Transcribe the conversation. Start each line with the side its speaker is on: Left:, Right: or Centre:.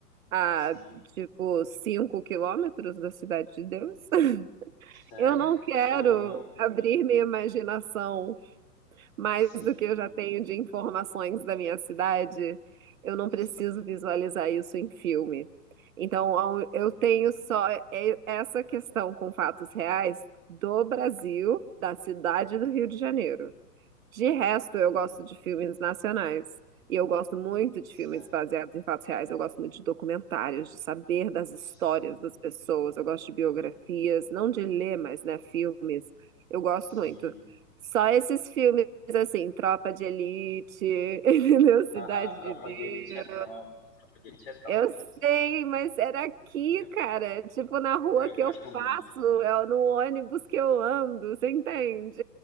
Right: a,
Left: sim.
Right: tipo, 5 quilômetros da Cidade de Deus. <laughs>
Left: Sério?
Right: Eu não quero
Left: Caramba.
Right: abrir minha imaginação mais
Left: Sim,
Right: do que eu já tenho de informações da minha cidade, eu não
Left: sim.
Right: preciso visualizar isso em filme. Então, ao- eu
Left: Hum,
Right: tenho só e- essa questão com fatos reais do Brasil, da cidade do Rio de Janeiro. De resto, eu gosto
Left: hum,
Right: de filmes nacionais. E eu gosto muito de filmes
Left: Sério.
Right: baseados em fatos reais. Eu gosto muito de documentários, de saber das histórias
Left: Sim,
Right: das pessoas. Eu gosto de biografias, não de ler, mas, né, filmes. Eu gosto
Left: sim.
Right: muito. Só esses filmes, assim, Tropa de Elite, <laughs> entendeu? Cidade
Left: Ah, a Tropa
Right: de Deus.
Left: de Elite é top. Tropa de Elite é top.
Right: Eu sei, mas era aqui,
Left: Eu,
Right: cara. Tipo, na rua
Left: eu
Right: que
Left: gosto
Right: eu
Left: muito.
Right: passo, é no ônibus que eu ando, você entende?